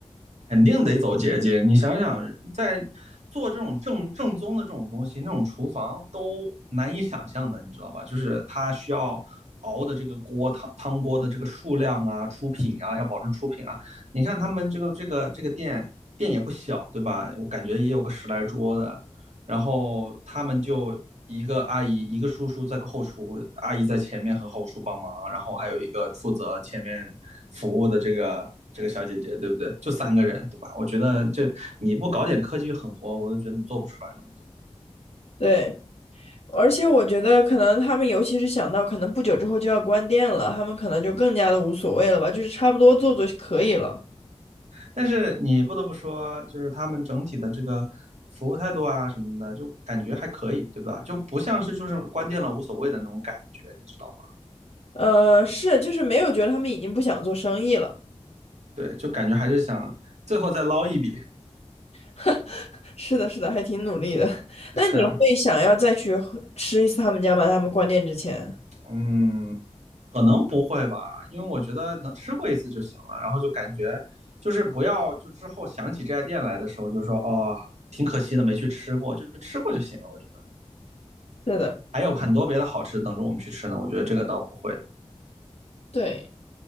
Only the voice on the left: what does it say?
<laughs> 对，而且我觉得可能他们尤其是想到可能不久之后就要关店了，他们可能就更加的无所谓了吧，就是差不多做做就可以了，
呃，是，就是没有觉得他们已经不想做生意了。
<laughs> 是的，是的，还挺努力的。<laughs> 那你会想要再去喝吃一次他们家吗？
他们关店之前。
是的，
嗯，
对，